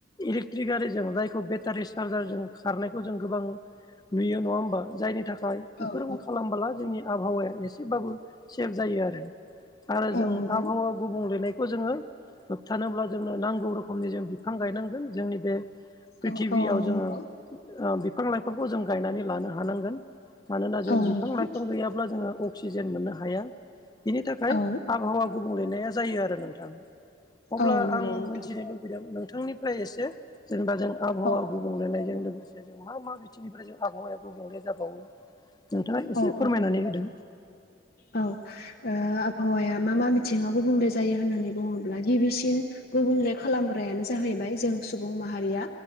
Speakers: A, on the left; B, on the left.
A: इलेक्ट्रिक गारिजों जायखौ बेटारि चार्जारजों खारनायखौ जों गोबां नुयो नङा होमबा जायनि थाखाय बेफोरखौ
B: औ नंगौ
A: खालामबोला जोंनि आबहावाया एसेबाबो सेफ जायो आरो। आरो
B: औ
A: जों
B: नंगौ
A: आबहावा गुबुंलेनायखौ जोङो होबथानोब्ला जोंनो नांगौ रोखोमनि जों बिफां गायनांगोन जोंनि बे प्रिथिबियाव
B: औ औ
A: जोङो
B: नंगौ
A: बिफां लाइफांखौ जों गायनानै लानो हानांगोन। मानोना जों
B: औ
A: बिफां
B: नंगौ
A: लाइफां गैयाब्ला जोङो अक्सिजेन मोननो हाया बिनि थाखाय
B: औ
A: आबहावा गुबुंलेनाया जायो आरो नोंथां अब्ला
B: औ नंगौ
A: आं
B: नोंथां
A: मिथिनो लुबैदों नोंथांनि फ्राय एसे जेनेबा जों आबहावा
B: औ
A: गुबुंलेनायजों लोगोसे जे जों मा मा बिथिंनिफ्राय जों आबहावायाबो गुबुंलेया जाबावो। नोंथाङा एसे
B: औ
A: फोरमायनानै
B: औ
A: होदो
B: औ आबहावाया मा मा बिथिङाव गुबुंले जायो होननानै बुङोब्ला गिबिसिन गुबुंले खालामग्रायानो जाहैबाय जों सुबुं माहारिया